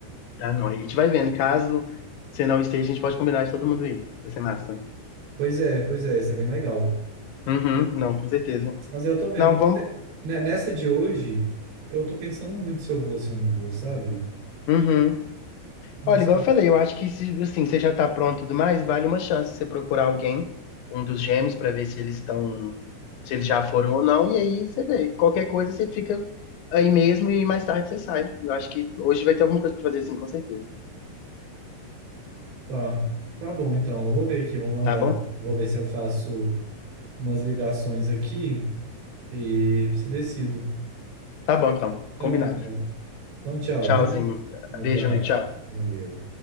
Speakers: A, on the left; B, on the right.
A: Tá, não. Aí a gente vai vendo. Caso você não esteja, a gente pode combinar de todo mundo ir. Vai ser massa.
B: Pois é, pois é, isso é bem legal.
A: Uhum, não, com certeza.
B: Mas eu tô vendo.
A: Não,
B: Então,
A: vamos.
B: você- ne- nessa de hoje, eu tô pensando muito se eu vou, se eu não vou, sabe?
A: Uhum.
B: Tô
A: Olha,
B: nessa-
A: igual eu falei, eu acho que se assim, você já tá pronto e tudo mais, vale uma chance você procurar alguém, um dos gêmeos, pra ver se eles estão, se eles já foram ou não, e aí você vê. Qualquer coisa você fica aí mesmo e mais tarde você sai. Eu acho que hoje vai ter alguma coisa pra fazer assim, com certeza.
B: Tá, tá bom, então. Eu vou ver aqui, vou mandar.
A: Tá bom?
B: Vou ver se eu faço umas ligações aqui e se decido.
A: Tá bom, então.
B: Então,
A: Combinado.
B: então. Então, tchau,
A: Tchauzinho.
B: viu? Um abraço.
A: Beijo, amigo. Tchau.
B: Valeu.